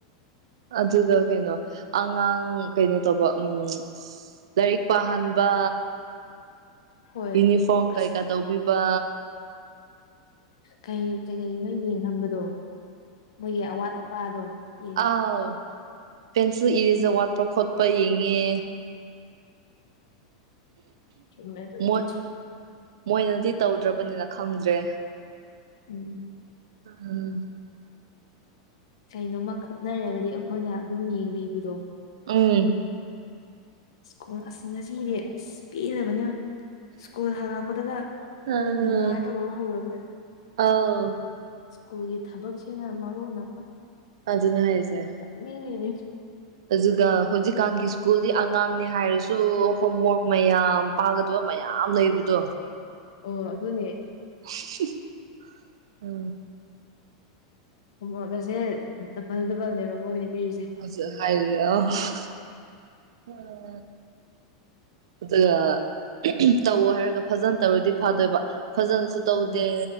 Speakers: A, on the right; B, on the left.
A: ꯑꯗꯨꯗ ꯀꯩꯅꯣ ꯑꯉꯥꯡ ꯀꯩꯅꯣ ꯇꯧꯕ ꯎꯝ ꯂꯥꯏꯔꯤꯛ ꯄꯥꯍꯟꯕ
B: ꯍꯣꯏ
A: ꯌꯨꯅꯤꯐꯣꯔꯝ
B: ꯑꯁ
A: ꯀꯩꯀꯥ ꯇꯧꯕꯤꯕ
B: ꯀꯩꯀꯩꯅꯣ ꯌꯦꯡꯍꯟꯕꯗꯣ ꯃꯣꯏꯒꯤ ꯑꯋꯥꯠ ꯑꯄꯥꯗꯣ ꯌꯦꯡ
A: ꯑꯥꯎ ꯄꯦꯟꯁꯤꯜ ꯏꯔꯤꯖ ꯋꯥꯠꯄ ꯈꯣꯠꯄ ꯌꯦꯡꯉꯦ
B: ꯃꯦ ꯇꯗꯤ
A: ꯃꯣꯏ ꯃꯣꯏꯅꯗꯤ ꯇꯧꯗ꯭ꯔꯕꯅꯤꯅ ꯈꯪꯗ꯭ꯔꯦ
B: ꯎꯝ
A: ꯎꯝ
B: ꯀꯩꯅꯣꯝꯃ ꯈꯠꯅꯔꯒꯗꯤ ꯑꯩꯈꯣꯏꯅ ꯑꯗꯨꯝ ꯌꯦꯡꯕꯤꯕꯗꯣ
A: ꯎꯝ
B: ꯁꯀꯣ ꯑꯁ ꯉꯁꯤꯗꯤ ꯑꯁ ꯄꯤꯅꯕꯅꯦ ꯁ꯭ꯀꯨꯜ ꯍꯜꯂꯛꯄꯗꯒ ꯑꯃꯨꯛꯒ
A: ꯑꯥ
B: ꯅꯤꯡꯉꯥꯏ ꯇꯧꯔꯒ ꯍꯧꯔꯕꯗ
A: ꯑꯥꯎ
B: ꯁ꯭ꯀꯨꯜꯒꯤ ꯊꯕꯛꯁꯤꯅ ꯃꯔꯨ ꯅꯃ
A: ꯑꯗꯨꯅ ꯍꯥꯏꯔꯤꯁꯦ
B: ꯎ
A: ꯑꯗꯨꯒ ꯍꯧꯖꯤꯛꯀꯥꯟꯒꯤ ꯁ꯭ꯀꯨꯜꯗꯤ ꯑꯉꯥꯡꯅꯤ ꯍꯥꯏꯔꯁꯨ ꯍꯣꯝꯋꯔꯛ ꯃꯌꯥꯝ ꯄꯥꯒꯗꯕ ꯃꯌꯥꯝ ꯂꯩꯕꯗꯣ
B: ꯑꯣ ꯑꯗꯨꯅꯦ
A: <unintelligible> ꯎꯝ
B: ꯐꯨꯕꯣꯜꯒꯁꯦ ꯗꯕꯜ ꯗꯕꯜꯅꯦꯕ ꯃꯣꯏꯗ ꯄꯤꯔꯤꯁꯦ
A: <unintelligible> ꯑꯗꯨꯒ <unintelligible> ꯇꯧ ꯍꯥꯏꯔꯒ ꯐꯖꯅ ꯇꯧꯔꯗꯤ ꯐꯗꯣꯏꯕ ꯐꯖꯅꯁꯨ ꯇꯧꯗꯦ
B: ꯎꯝ